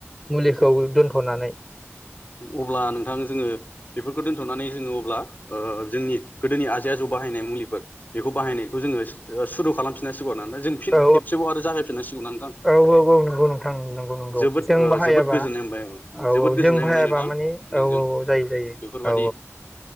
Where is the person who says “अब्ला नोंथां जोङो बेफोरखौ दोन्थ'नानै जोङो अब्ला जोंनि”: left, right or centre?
Left